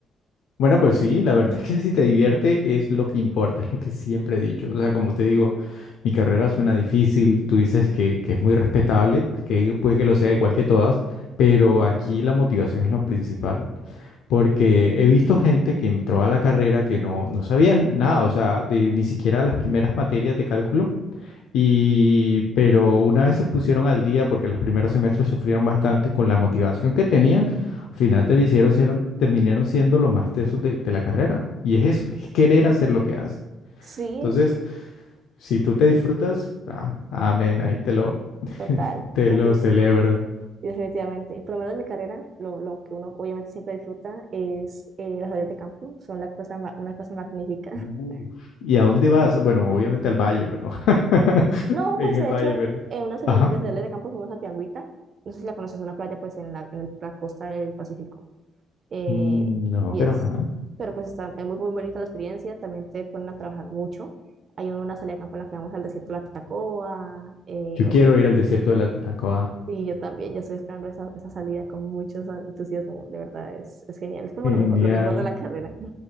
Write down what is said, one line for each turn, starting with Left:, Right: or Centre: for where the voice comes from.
Left: Bueno, pues sí, la verdad es que si te divierte es lo que importa, es lo que siempre he dicho. O sea, como te digo, mi carrera suena difícil, tú dices que, que es muy respetable, pues que puede que lo sea igual que todas, pero aquí la motivación es lo principal, porque he visto gente que entró a la carrera que no, no sabían nada, o sea, de- ni siquiera las primeras materias de cálculo. Y, pero una vez se pusieron al día, porque los primeros semestres sufrieron bastante con la motivación que tenían, al final te hicieron, sieron- terminaron siendo los más tesos de, de la carrera. Y es eso, es querer hacer lo que haces.
Right: Sí,
Left: Entonces, si tú te disfrutas, ah, amén, ahí te lo, <laughs>
Right: total.
Left: te lo
Right: Uy,
Left: celebro.
Right: definitivamente. Y por lo menos en mi carrera, lo, lo que uno obviamente siempre disfruta es eh, las salidas de campo, son la cosa, ma- una cosa magnífica.
Left: Uf.
Right: <laughs>
Left: ¿Y a dónde vas? Bueno, obviamente al valle, pero... <laughs>
Right: No,
Left: En
Right: pues
Left: el
Right: de
Left: valle,
Right: hecho,
Left: pero...
Right: en una de
Left: Ajá.
Right: las salidas de campo fuimos a Piangüita, no sé si la conoces, es una playa pues en la, en el- la costa del Pacífico. eh,
Left: Mm, No,
Right: y
Left: pero
Right: es,
Left: ajá.
Right: pero pues está, es muy, muy bonita la experiencia, también te ponen a trabajar mucho. Hay una salida de campo en la que vamos al desierto de la Tatacoa, eh,
Left: Yo
Right: otro-
Left: quiero ir al desierto de la Tatacoa.
Right: Sí, yo también, yo estoy esperando esa, esa salida con mucho entusiasmo, de verdad, es, es genial, es como
Left: Genial.
Right: lo mejor, lo mejor de la carrera. <laughs>